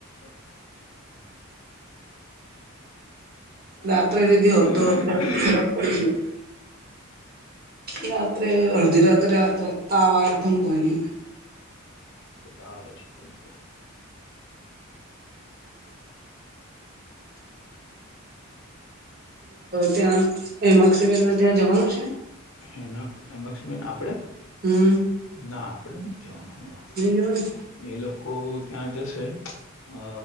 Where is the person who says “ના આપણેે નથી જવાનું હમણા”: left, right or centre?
Left